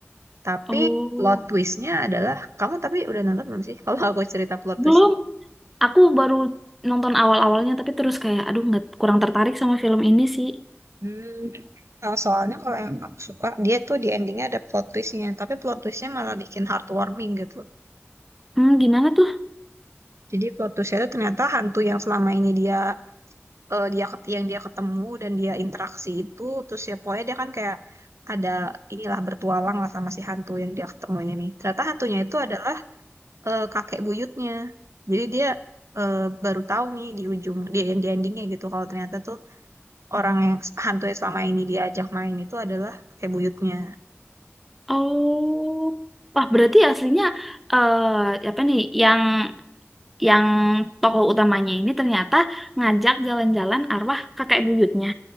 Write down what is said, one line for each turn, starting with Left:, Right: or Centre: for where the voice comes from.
Right: Tapi
Centre: Oh,
Right: plot twistnya adalah kamu tapi udah nonton belum sih? <laughs> Kalau aku cerita plot twist,
Centre: belum. Aku baru nonton awal-awalnya tapi terus kayak aduh nggak kurang tertarik sama film ini sih.
Right: Hmm. Nah, soalnya kalau yang aku suka, dia tuh di endingnya ada plot twistnya, tapi plot twistnya malah bikin heartwarming gitu.
Centre: Hmm, gimana tuh?
Right: Jadi plot twistnya itu ternyata hantu yang selama ini dia eh, dia ket- yang dia ketemu dan dia interaksi itu, terus ya pokoknya dia kan kayak ada inilah bertualang lah sama si hantu yang dia ketemu ini. nih. Ternyata hantunya itu adalah eh, kakek buyutnya. Jadi dia eh, baru tahu nih di ujung di di endingnya gitu kalau ternyata tuh orang yang hantu yang selama ini dia ajak main itu adalah kakek buyutnya.
Centre: Oh, wah berarti aslinya eh apa nih yang yang tokoh utamanya ini ternyata ngajak jalan-jalan arwah kakek buyutnya.